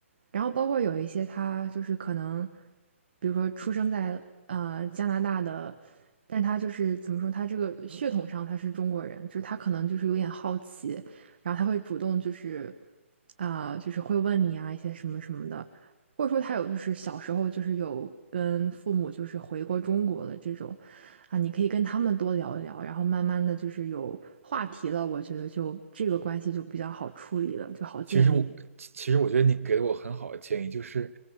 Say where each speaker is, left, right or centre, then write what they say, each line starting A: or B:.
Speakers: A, on the right; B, on the right.
A: 然后包括有一些他就是可能，比如说出生在呃加拿大的，但他就是怎么说，他这个血统上他是中国人，就是他可能就是有点好奇，然后他会主动就是啊、就是会问你啊一些什么什么的，或者说他有就是小时候就是有跟父母就是回过中国的这种啊，你可以跟他们多聊一聊，然后慢慢的就是有话题了，我觉得就这个关系就比较好处理了，就好建立。
B: 其实我其实我觉得你给了我很好的建议，就是